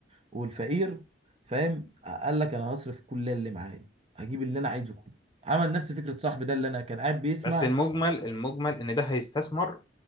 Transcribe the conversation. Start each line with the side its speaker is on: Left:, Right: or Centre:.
Right: والفقير فاهم آه، قال لك انا هصرف كل اللي معايا هجيب اللي انا عايزه كله عمل نفس فكرة صاحبي ده اللي انا كان قاعد بيسمع
Left: بس المجمل المجمل ان ده هيستثمر